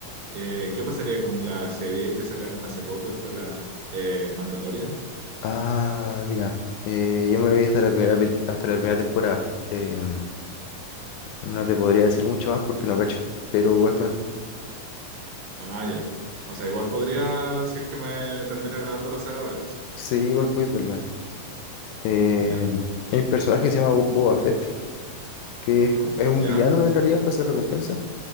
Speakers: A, on the right; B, on the left.
A: eh, ¿qué pasaría con la serie que sacaron hace poco? Está la eh, Mandalorian.
B: Ah, mira, eh, yo me vi hasta la primera, pel- hasta la primera temporada. em, no te podría decir mucho más porque no cacho, pero es buena.
A: Ah, ya. O sea, igual podría, si es que me termina grabando la saga, verla, sí.
B: Sí, igual podéis verla. Eh,
A: Ya,
B: hay un personaje que se llama Bo- Boba Fett, que es, co- es un
A: ya,
B: villano en realidad, un recompensa